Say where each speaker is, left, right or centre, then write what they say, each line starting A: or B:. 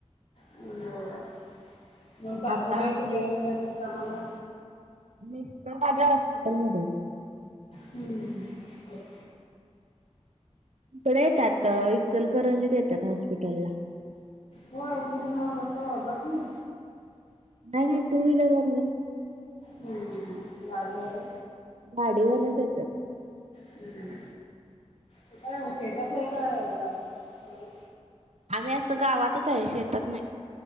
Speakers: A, on the left; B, on the right.
A: होय मग सासूबाई
B: आता असले
A: कुठे जातात कामाला?
B: मिस <unintelligible> हॉस्पिटलमध्ये
A: हम्म ओके
B: इकडे येतात इचलकरंजीत येतात हॉस्पिटलला.
A: हो आलो त्याच्यामुळे कस बस नी.
B: नाहीय नाही टू व्हीलर वरण.
A: हम्म हम्म गाडी आहे.
B: गाडीवरच येतात.
A: हम्म तू काय शेतात आहे काय गावात?
B: आम्ही अस गावातच आहे शेतात नाही.